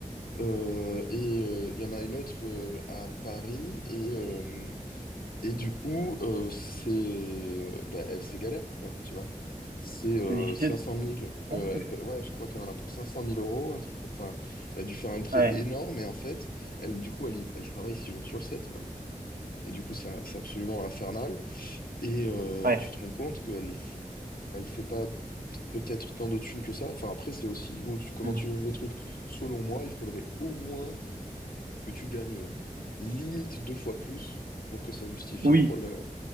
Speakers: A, on the left (about 80°); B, on the right (about 80°).
A: euh, et euh, il y en a une autre euh, à Paris. Et, euh, et du coup, euh, c'est, euh, ben, elle, c'est galère, quoi, tu vois. C'est euh,
B: C'est difficile?
A: cinq cent
B: Je
A: mille.
B: pense
A: euh,
B: que
A: elle
B: c'est-
A: paie- ouais, je crois qu'elle en a pour cinq cent mille euros, un truc. Enfin, elle a dû faire un prêt
B: Ouais,
A: énorme et en fait, elle, du coup, elle, y- elle travaille six jours sur 7, Et du coup, c'est c'est absolument infernal. Et euh,
B: ouais.
A: tu te rends compte qu'elle f- elle fait pas peut-être tant de thunes que ça. Enfin, après, c'est aussi où tu- comment
B: Hmm.
A: tu juges le truc. Selon moi, il faudrait au moins que tu gagnes euh, limite deux fois plus pour que ça justifie
B: Oui,
A: le problème.